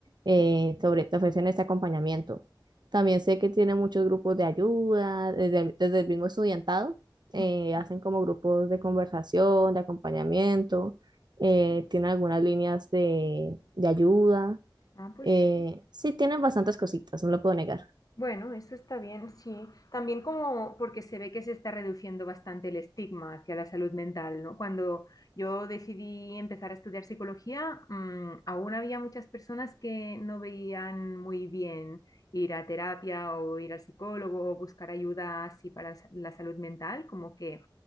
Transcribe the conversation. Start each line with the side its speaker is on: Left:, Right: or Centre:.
Right: eh,
Left: ujú.
Right: te, obre- te ofrecen este acompañamiento. También sé que tiene muchos grupos de ayuda, desde, el- desde el mismo estudiantado,
Left: ujú.
Right: eh, hacen como grupos de conversación, de acompañamiento, eh, tienen algunas líneas de, de ayuda.
Left: Ah, pues.
Right: eh, sí, tienen bastantes cositas, no lo puedo negar.
Left: Bueno, eso está bien, sí. También como porque se ve que se está reduciendo bastante el estigma hacia la salud mental, ¿no? Cuando yo decidí empezar a estudiar psicología, mm, aún había muchas personas que no veían muy bien ir a terapia o ir al psicólogo o buscar ayuda así para sa- la salud mental, como que